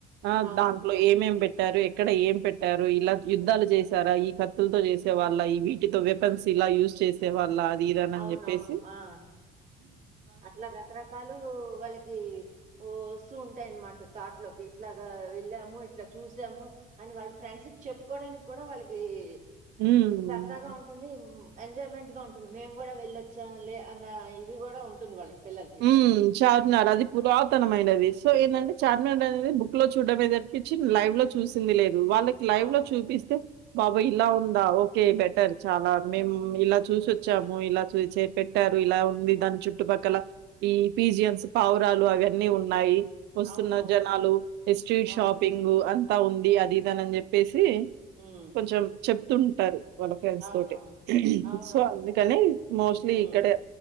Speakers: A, on the right; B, on the right.
A: ఆ
B: అవును.
A: దాంట్లో ఏమేం పెట్ట ట్టారు ఎక్కడ ఏం పెట్టారు ఇలా యుద్ధాలు చేసారా ఈ కత్తులతో చేసే వాళ్ళ ఈ వీటితో వెపన్స్ ఇలా యూస్ చేసే వాళ్ళ అది ఇది
B: అవునవును.
A: అని చెప్పేసి
B: ఆ! అట్లా రకరకాలు వాళ్ళకి వస్తు ఉంటాయిన్నమాట థాట్లోకి ఇట్లాగా వెళ్ళాము ఇట్లా చూసాము అని వాళ్ళ ఫ్రెండ్స్ చెప్పుకోడానికి కూడా వాళ్ళకి
A: హ్మ్.
B: ఉమ్ సరదాగా ఉంటుంది ఎంజాయ్మెంట్ గా ఉంటుంది మేము కూడా వెళ్ళొచ్చాము లే అన్న ఇది కూడా ఉంటుంది వాళ్ళకి పిల్లలకి.
A: హు చాల్ ఉన్నారు అది పురాతనమైనది సో ఏందంటే చార్మినార్ అనేది బుక్ లో చూడడమే తప్పించి లైవ్ లో చూసింది లేదు వాళ్ళకి లైవ్
B: అవును.
A: లో చూపిస్తే బాబోయ్ ఇలా ఉందా ఓకే బెటర్ చాలా మేము ఇలా చూసివచ్చాము ఇలా చూ చే పెట్ట పెట్టారు ఇలా ఉంది దాని చుట్టుపక్కల ఈ పీజియన్స్ పావురాలు అవన్నీ ఉన్నాయి వస్తున్న
B: అవునవును.
A: జనాలు ఎ స్ట్రీట్
B: అవును.
A: షాపింగ్ అంతా ఉంది అది ఇది దాన్ని చెప్పేసి తి
B: హ్మ్.
A: కొంచెం చెప్తూ ఉంటారు వాళ్ళ ఫ్రెండ్స్
B: అవునవును.
A: తోటి
B: అవునవును.
A: సో అందుకని మోస్ట్లీ
B: హ్మ్.
A: ఇక్కడే